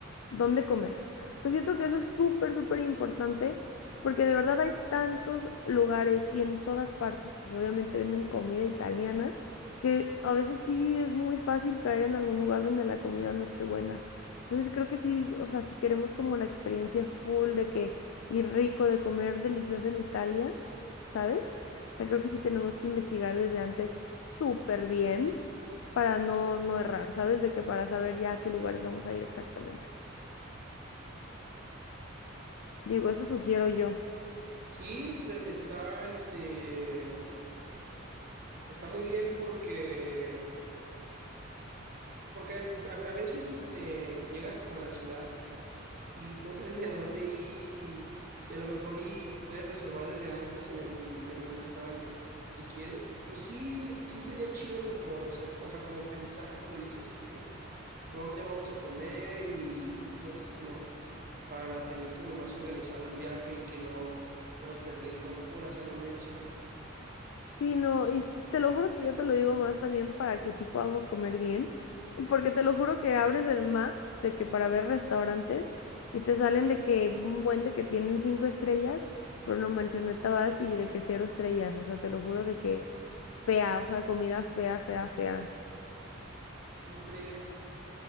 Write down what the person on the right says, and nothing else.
Sí, este- está, este, Está muy bien porque, porque a, a veces este, llegas como a la ciudad y no sabes ni a dónde ir y, y a lo mejor y puedes reservar desde antes en el, en el restaurante que quieres. Pues sí, sí sería chido como reserva, o sea, como pensar, como dices, este, dónde vamos a comer y, y así, ¿no? Para tener como más organizado el viaje y que no estemos perdiendo horas a lo menso.
¿Cómo crees